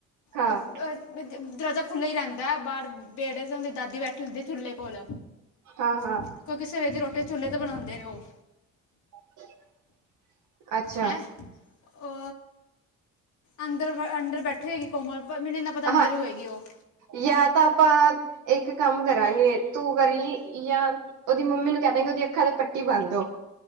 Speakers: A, on the right; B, on the left.
A: ਹਾਂ
B: <inaudible> ਦਰਵਾਜ਼ਾ ਖੁੱਲ੍ਹਲਾ ਈ ਰਹਿੰਦਾ ਐ। ਬਾਹਰ ਵੇੜੈ ਹੁੰਦੇ ਦਾਦੀ ਬੈਠੇ ਹੁੰਦੇ ਚੁਲੇ ਕੋਲ।
A: ਹਾਂ ਹਾਂ
B: ਕਿਉਂਕਿ ਸਵੇਰੇ ਦੀ ਰੋਟੀੇ ਚੁੱਲ੍ਹੇ ਤੇ ਬਨਾਉਦੇ ਨੇ ਉਹ।
A: <unintelligible> ਅੱਛਾ
B: ਹੈਂ ਓ ਅੰਦਰ ਅੰਦਰ ਬੈਠੇ ਹੋਗੀ ਕੋਮਲ। ਪਰ ਮੈਨੂੰ ਇੰਨਾ ਪਤਾ ਅੰਦਰ
A: ਹਾਂ,
B: ਹੀ ਹੋਏਗੀ ਉਹ
A: ਯਾ ਤਾਂ ਆਪਾਂ ਇੱਕ ਕੰਮ ਕਰਾਂਗੇ ਤੂੰ ਕਰੀ ਯਾ ਉਹਦੀ ਮੰਮੀ ਨੂੰ ਕਹਿ ਦਾਂਗੇ ਉਹਦੀ ਅੱਖਾਂ ਤੇ ਪੱਟੀ ਬੰਦ ਦੋ,